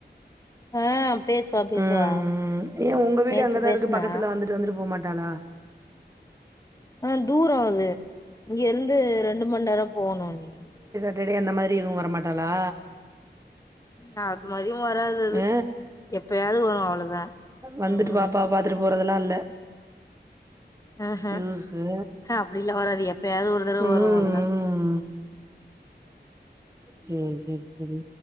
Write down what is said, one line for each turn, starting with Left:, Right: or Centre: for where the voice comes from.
Left: ஆ பேசுவா பேசுவா
Right: உம் உம் ஏன் உங்க வீடு
Left: நேத்து
Right: அங்கதான்
Left: பேசுனா
Right: இருக்கு பக்கத்துல வந்துட்டு வந்துட்டு போமாட் காலா
Left: <unintelligible> தூரம் அது இங்க இருந்து ரெண்டு மணி நேரம் போவணும் நீ
Right: செரி அந்த மாதிரி எதுவும் வரமாட்டாளா
Left: உம் அது மாதிரி வராது அது
Right: அ
Left: எப்பயாவது வரும் அவ்ளோ தான்
Right: வந்துட்டு
Left: உம்
Right: பாப்பாவ பாத்துட்டு போறதெல்லாம் இல்ல
Left: ஆஹ்ஹம்ஹ்
Right: லூசு.
Left: அப்படிலாம் வராது எப்ப யாவது ஒரு தடவை
Right: ம் ம்.
Left: வரும் அவளோ தான்
Right: சேரி சேரி சேரி